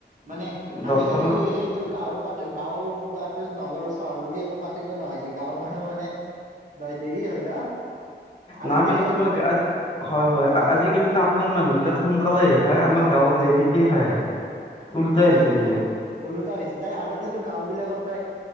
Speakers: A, on the right; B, on the left.
A: মানে
B: দহটা
A: আজিকালি
B: মান
A: সেইটো গাঁও প গাঁও আৰু নগৰ চহৰ বুলি একো পাৰ্থক্য নহত হৈ হৈছে গাঁৱৰ মানুহ মানে নাই দেৰি হয় ন। আগতে
B: নাই মানে তোমাৰ হয় হয়
A: অ
B: আজিকালি টাউনৰ মানুহ বিলাক সোনকালে খাই আমাৰ গাঁৱত দেৰিক
A: অ
B: খাই উল্টাই
A: তাকেইতো
B: হৈছে এতিয়া।
A: ওলোটা হৈছে তাৰ আগতেতো গাঁও বিলাকত প্ৰায়